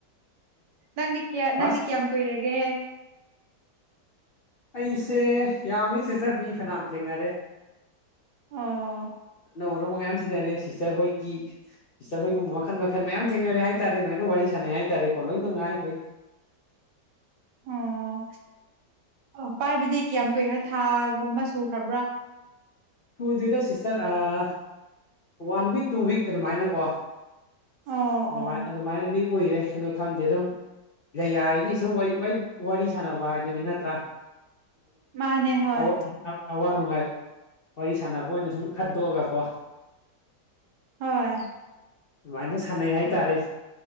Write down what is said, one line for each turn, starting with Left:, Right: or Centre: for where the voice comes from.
Right: ꯅꯪꯗꯤ ꯀꯌꯥ
Left: ꯐꯥꯔꯁ
Right: ꯅꯪꯗꯤ ꯀꯌꯥꯝ ꯀꯨꯏꯔꯒꯦ
Left: ꯑꯩꯁꯦ ꯌꯥꯝꯃꯤ ꯁꯤꯁꯇꯔ ꯃꯤ ꯐꯅꯌꯥꯝ ꯊꯦꯡꯅꯔꯦ
Right: ꯑꯣ
Left: ꯑꯅꯧ ꯑꯅꯧꯕ ꯃꯌꯥꯝ ꯊꯦꯡꯅꯔꯦ ꯁꯤꯁꯇꯔ ꯍꯣꯏꯒꯤ ꯁꯤꯁꯇꯔ ꯍꯣꯏꯒꯨꯝꯕ ꯃꯈꯜ ꯃꯈꯜ ꯃꯌꯥꯝ ꯊꯦꯡꯅꯔꯦ ꯍꯥꯏ ꯇꯥꯔꯦ ꯂꯣꯏꯅ ꯋꯥꯔꯤ ꯁꯥꯟꯅꯦ ꯅꯦ ꯍꯥꯏ ꯇꯔꯦꯀꯣ ꯂꯣꯏꯅꯨꯡꯉꯥꯏꯣꯏ
Right: ꯑꯣ ꯑ ꯄꯥꯏꯕꯗꯤ ꯀꯌꯥꯝ ꯀꯨꯏꯈ꯭ꯔꯦ ꯊꯥꯒꯨꯝꯕ ꯁꯨꯈ꯭ꯔꯕ꯭ꯔꯥ
Left: ꯁꯨꯗꯔꯤꯗ sister one week two week ꯑꯗꯨꯃꯥꯏꯅꯀꯣ
Right: ꯑꯣ
Left: ꯑꯗꯨꯃꯥꯏ
Right: ꯑꯣ
Left: ꯑꯗꯨꯃꯥꯏꯅꯗꯤ ꯎꯏꯔꯦ ꯑꯣ ꯈꯪꯗꯦ ꯑꯗꯨꯝ ꯌꯥꯔꯤꯒꯤ ꯁꯨꯝ ꯋꯥꯔꯤ ꯁꯥꯟꯅꯕ ꯍꯥꯏꯗꯨꯣꯏꯅꯤ ꯅꯠꯇ꯭ꯔꯥ
Right: ꯃꯥꯅꯦ ꯍꯣꯏ
Left: ꯑ ꯑꯋꯥꯅꯅꯨꯡ ꯍꯥꯏ ꯋꯥꯔꯤ ꯁꯥꯟꯅꯕ ꯑꯣꯏꯅ ꯁꯨꯝ ꯈꯟꯗꯣꯛꯑꯒꯀꯣ
Right: ꯍꯣꯏ
Left: ꯑꯗꯨꯃꯥꯏꯅ ꯁꯥꯟꯅꯩ ꯍꯥꯏꯇꯥꯔꯦ